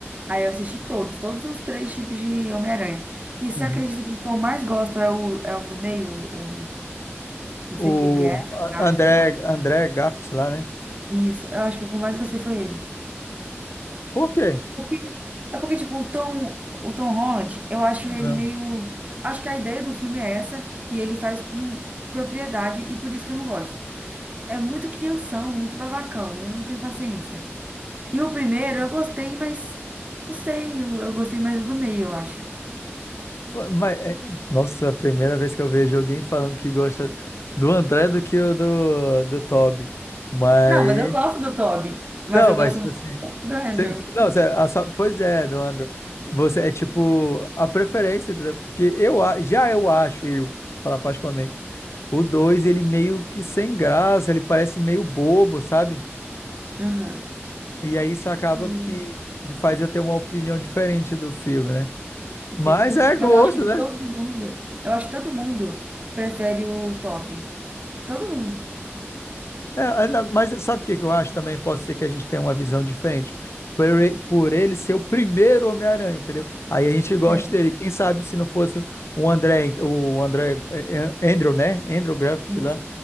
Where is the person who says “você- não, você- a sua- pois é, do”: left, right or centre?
Left